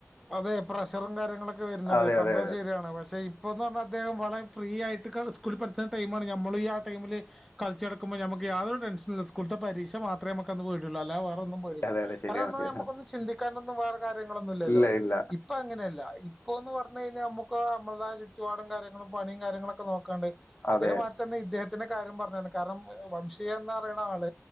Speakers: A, in the centre; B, on the left (about 50°).
A: അതെ പ്രഷറും കാര്യങ്ങളൊക്കെ വെര്ന്നത്
B: അതെ
A: സംഭവം
B: അതെ
A: ശെര്യാണ് പക്ഷെ ഇപ്പന്ന് പർഞ്ഞാ അദ്ദേഹം വളരെ ഫ്രീ യയി ട്ട്ക്ക. സ്‌കൂളിൽ പഠ്ച്ച്ണ ടൈമാണ് ഞമ്മളു ഈ ആ ടൈമില് കൾച്ചട്ക്കുമ്പോ ഞമ്മക്ക് യാതൊരു ടെൻഷനൂല സ്കൂൾത്തെ പരീക്ഷ മാ മാത്രേ ഞമ്മക്കന്ന് പേട്യൊള്ളൂ അല്ല വേറൊന്നും പേടില്ല
B: അതെ അതെ ശരിയാണ്
A: കാർണം അന്ന്
B: ശരിയാണ്
A: നമ്മക്കൊന്നും ചിന്തിക്കാനൊന്നും വേറെ കാര്യങ്ങളൊന്നുലല്ലോ.
B: ഇല്ല ഇല്ല
A: ഇപ്പോ അങ്ങനല്ല ഇപ്പോന്ന് പർഞ്ഞഴ്ഞ്ഞാ അമ്മൊ ക്കോ അമ്മളെതായ ചുറ്റുപാടും കാര്യങ്ങളും പണിം കാര്യങ്ങളൊക്കെ നോക്കാണ്ട് അതേ
B: അതെ
A: മാരി തന്നെ ഇദ്ദേഹ ത്തിൻ്റെ കാര്യം പർഞ്ഞാല് കാരണം വംഷിയന്ന് പറി ണാള് ആൾ